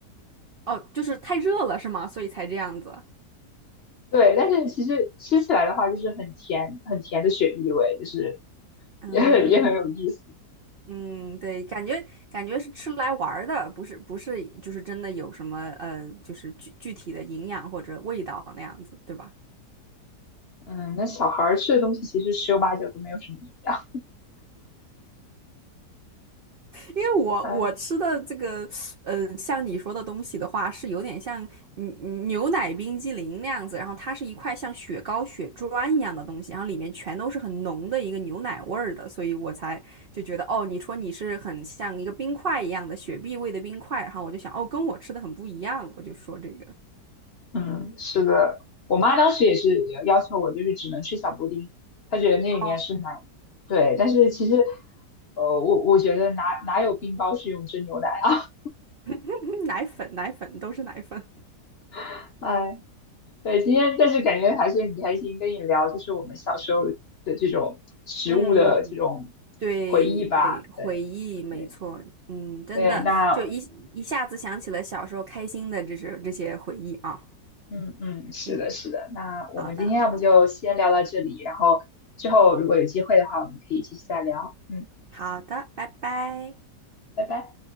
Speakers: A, on the right; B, on the left.
A: 哦，就是太热了是吗？所以才这样子。
B: 对，但是其实吃起来的话，就是很甜很甜的雪碧味，就是
A: 嗯
B: 也 <laughs> 也很有意思。
A: 嗯，对，感觉感觉是吃来玩儿的，不是不是，就是真的有什么呃，就是具具体的营养或者味道那样子，对吧？
B: 嗯，那小孩儿吃的东西其实十有八九都没有什么营养。
A: 因为我我吃的这个，
B: 嗯。
A: 呃，像你说的东西的话，是有点像嗯嗯牛奶冰激凌那样子，然后它是一块像雪糕、雪砖一样的东西，然后里面全都是很浓的一个牛奶味儿的，所以我才就觉得，哦，你说你是很像一个冰块一样的雪碧味的冰块，然后我就想，哦，跟我吃的很不一样，我就说这个，
B: 嗯，是的，我妈当时也是要要求我，就是只能吃小布丁，她觉得那里面是奶。
A: 哦，
B: 对，但是其实，呃，我我觉得哪哪有冰雹是用真牛奶啊？
A: 嗯奶粉，奶粉都是奶粉，
B: <laughs> 哎，对，今天但是感觉还是很开心跟你聊，就是我们小时候的这种食物的这种
A: 嗯，对对，
B: 回忆吧。
A: 回忆没错，
B: 对对
A: 嗯，真的就一一下子想起了小时候开心的这是这些回忆啊，
B: 对，那嗯嗯，是的，
A: 嗯，
B: 是的，那我们今天要不就先聊到这里，
A: 好的好的
B: 然后之后如果有机会的话，我们可以继续再聊。嗯，
A: 好的，拜拜。
B: 拜拜。